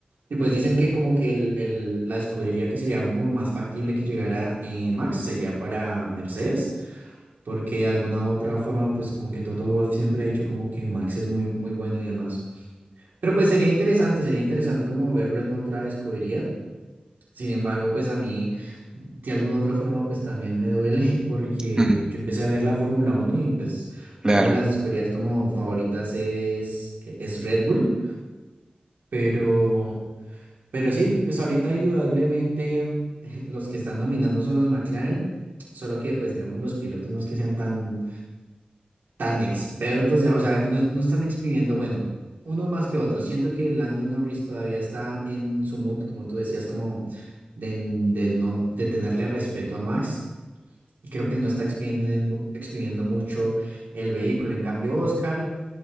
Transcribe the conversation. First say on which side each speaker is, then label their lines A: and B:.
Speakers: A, on the right (about 85°); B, on the right (about 25°).
A: Y pues dicen que como que el, el- la escudería que sería como más factible que llegara eh, Max sería para Mercedes, porque de alguna otra forma pues como que Toto Wolff siempre ha dicho como que Max es muy, muy bueno y demás. Pero pues sería interesante, sería interesante como verlo en otra escudería. Sin embargo, pues a mí, de alguna u otra forma, pues también me duele <laughs> porque
B: <laughs> Ujú,
A: yo empecé a ver la Fórmula uno y pues
B: Claro.
A: una de las escuderías como favoritas es, e-, es Red Bull, pero, pero sí, pues ahorita indudablemente <laughs> los que están dominando son los McLaren, solo que pues digamos los pilotos no es que sean tan tan expertos ya, o sea, que no, no están exprimiendo, bueno, uno más que otro. Siento que Lando Norris todavía está en su mood, como tú decías, como de, de no, de tenerle respeto a Max. Y creo que él no está exprimiendo, exprimiendo mucho el vehículo. En cambio, Oscar,